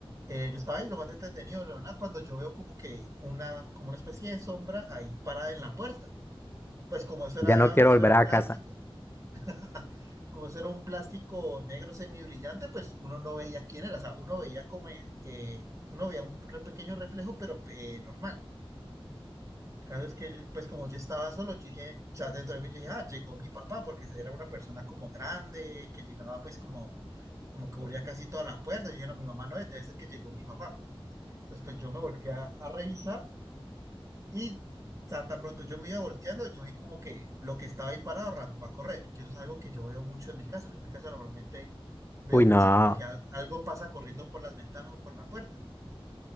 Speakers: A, on the right; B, on the left.
A: eh, yo estaba ahí lo más entretenido, bla, bla, bla, cuando yo veo como que una, como una especie de sombra ahí parada en la puerta. Pues como eso era,
B: ya no quiero
A: eso
B: volver
A: era
B: a
A: plástico,
B: casa.
A: <laughs> como eso era un plástico negro semibrillante, pues uno no veía quién era, o sea, uno veía como, eh, eh, uno veía un re- pequeño reflejo, pero eh, normal. cada vez que, yo- pues como yo estaba solo, yo dije, o sea, dentro de mí yo dije, ah, llegó mi papá, porque era una persona como grande, que llegaba pues como, como que cubría casi toda la puerta. Yo dije, no, mi mamá no es, debe ser que llegó mi papá. Entonces, pues yo me volteé a, a revisar y o tan pronto yo me iba volteando, yo vi como que lo que estaba ahí parado arrancó a correr, que eso es algo que yo veo mucho en mi casa. Yo en mi casa normalmente veo
B: Uy,
A: mucho
B: no,
A: como que al- algo pasa corriendo por las ventanas o por la puerta.